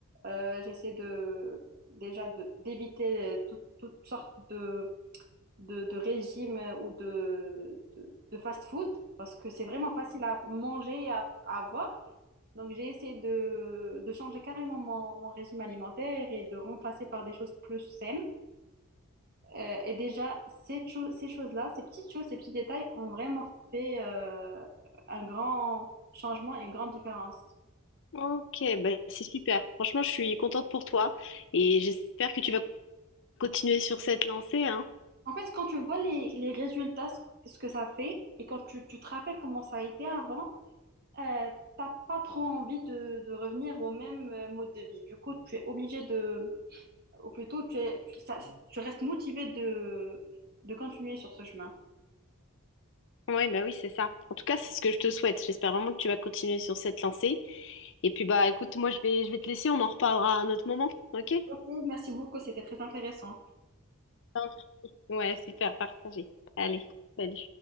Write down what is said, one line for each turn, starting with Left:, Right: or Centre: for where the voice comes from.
Right: Euh, j'essaie de, déjà de- d'éviter euh, tout- toutes sortes de, de, de régimes euh, ou de, de, de fast-food, parce que c'est vraiment facile à manger et à, à avoir. Donc, j'ai essayé de, de changer carrément mon, mon régime alimentaire et de remplacer par des choses plus saines. Euh, et déjà, ces, cho- ces choses-là, ces petites choses, ces petits détails ont vraiment fait euh, un grand changement et une grande différence.
Left: Ok, bah c'est super. Franchement, je suis contente pour toi et j'espère que tu vas continuer sur cette lancée, hein.
Right: En fait, quand tu vois les, les résultats, ce, ce que ça fait, et quand tu, tu te rappelles comment ça a été avant, euh, t'as pas trop envie de, de revenir au même euh, mode de vie. Du coup, tu es obligé de ou plutôt tu, es, tu, ça- tu restes motivé de, de continuer sur ce chemin.
Left: Ouais, bah oui, c'est ça. En tout cas, c'est ce que je te souhaite. J'espère vraiment que tu vas continuer sur cette lancée. Et puis, bah, écoute, moi, je vais, je vais te laisser. On en reparlera à un autre moment. OK?
Right: Ok, merci beaucoup, c'était très intéressant.
Left: Enfin, Ouais, super, partagé. Allez, salut.